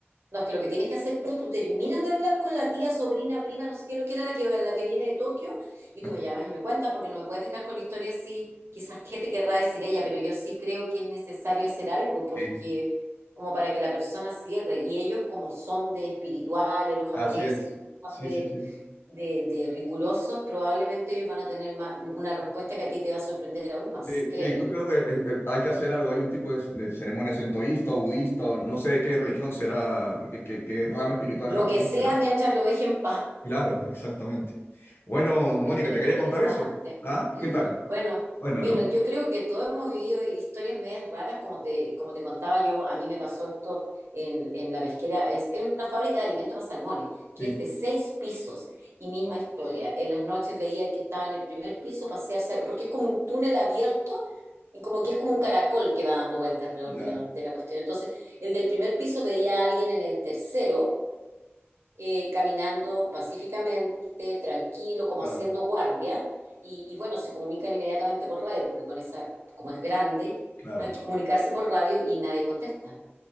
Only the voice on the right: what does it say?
No, es que lo que tienes que hacer tú, tú terminas de hablar con la tía, sobrina, prima, no sé qué, lo que era la que, la que viene de Tokio, y
tú me llamas y me cuentas, porque no me puedes dejar con la historia así, quizás qué te querrá decir ella, pero yo sí creo que es necesario hacer algo, porque
como para que la persona cierre, y ellos como son de espirituales, los japoneses,
como son
de,
de, de rigurosos, probablemente ellos van a tener ma- una respuesta que a ti te va a sorprender aún más,
créemelo.
Lo
que sea
mientras lo dejen en paz.
Ay, mira
qué
interesante.
<clears throat>
Bueno,
bien,
yo creo que todos hemos vivido historias medias raras, como te, como te contaba yo, a mí me pasó esto en, en la pesquera, es en una fábrica de alimentos para salmones, que
es de seis pisos, y misma
historia. En las noches veía el que estaba en el primer piso pasearse, porque es como un túnel abierto y como que es como un caracol que va dando vuelta alrededor
de la, de la cuestión. Entonces, el del primer piso veía a alguien en el tercero eh, caminando pacíficamente, tranquilo, como
haciendo guardia, y, y bueno, se comunican inmediatamente por radio, porque con esa, como es grande,
hay que comunicarse por radio y nadie contesta.